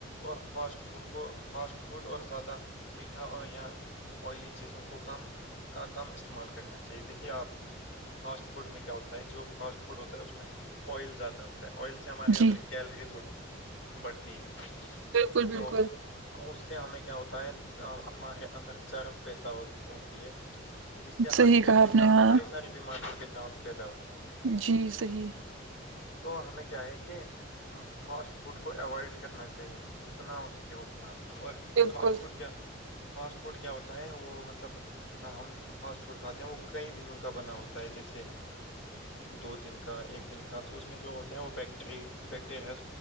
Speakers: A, on the left; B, on the right.
A: اور فاسٹ فوڈ کو فاسٹ فوڈ اور زیادہ میٹھا اور یا آئلی چیزوں کو کم کا کم استعمال کرنا چاہیے دیکھیے آپ فاسٹ فوڈ میں کیا ہوتا ہے جو فاسٹ فوڈ ہوتا ہے اس میں آئل زیادہ ہوتا ہے آئل سے ہمارے اندر
B: جی
A: کیلریز بڑھتی ہیں
B: بالکل
A: تو
B: بالکل
A: اس سے ہمیں کیا ہوتا ہے ہمارے اندر چرب پتا ہوتی ہے جس سے
B: صحیح
A: ہارٹ اٹیک
B: کہا
A: کے
B: آپ
A: چانس
B: نے ہاں
A: بڑی ساری بیماریوں کے چانس پیدا ہوتے ہیں
B: جی صحیح
A: تو ہمیں کیا ہے کہ فس فوڈ کو اوائڈ کرنا چاہیے جتنا ہو سکے اتنا اور
B: بالکل
A: فاسٹ فوڈ کیا فاسٹ فوڈ کیا ہوتا ہے وہ مطلب ہم فاسٹ فوڈ کھاتے ہیں وہ کئی دنوں کا بنا ہوتا ہے جیسے دو دن کا ایک دن کا تو اس میں جو ہوتے ہیں وہ بیکٹری بیکٹیریل